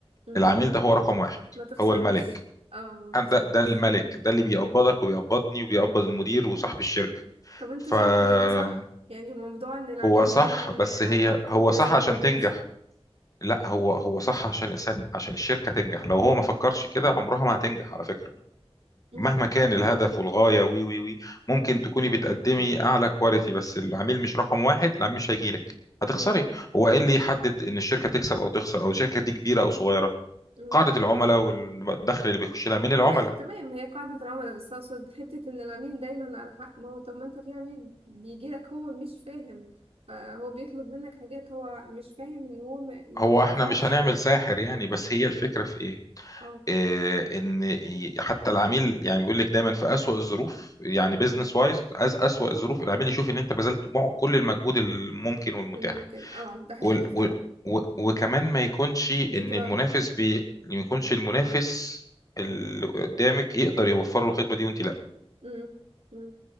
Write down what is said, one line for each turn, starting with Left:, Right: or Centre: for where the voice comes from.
Right: مم.
Left: العميل ده هو رقم واحد
Right: ما تخسروش
Left: هو الملك
Right: اه ما تخسروش
Left: أنا ده ده الملك ده اللي بيقبضك وبيقبضني وبيقبض المدير وصاحب الشركه
Right: طب انت
Left: فهو
Right: شايف ان ده صح يعني موضوع ان العميل
Left: صح
Right: دايما
Left: بس هي
Right: على حق
Left: هو
Right: ولازم
Left: صح عشان
Right: كلامه
Left: تنجح
Right: يمشي
Left: لا هو هو صح عشان الانسان عشان الشركه تنجح لو هو ما فكرش كده عمرها ما هتنجح على فكره
Right: مم.
Left: مهما كان الهدف والغاية وي وي وي ممكن تكوني بتقدمي أعلى كواليتي بس العميل مش رقم واحد العميل مش هيجيلك هتخسري
Right: مم.
Left: هو إيه اللي يحدد إن الشركة تكسب أو تخسر أو الشركة دي كبيرة أو صغيرة
Right: مم.
Left: قاعدة العملاء والدخل اللي بيخش لها من العملاء
Right: ما تمام هي قاعدة العملاء بس أقصد حتة إن العميل دايما على حق ما هو طب ما أنت في عميل بيجيلك هو مش فاهم فهو بيطلب منك حاجات هو مش فاهم إن هو ما, ما
Left: هو
Right: ينفعش
Left: إحنا مش هنعمل ساحر يعني بس هي الفكرة في إيه
Right: اه
Left: إيه، ان ي- حتى العميل يعني بيقول لك دايما في اسوأ الظروف يعني بيزنس وايز أز اسوأ الظروف العميل يشوف ان انت بذلت مع- كل المجهود الممكن والمتاح
Right: الممكن اه ده حقيقي
Left: وال- و-
Right: فعلا
Left: و- وكمان ما يكونش ان
Right: بيتراضوا
Left: المنافس بي... ما يكونش المنافس اللي قدامك يقدر يوفر له الخدمه دي وانت لا
Right: مم. مم.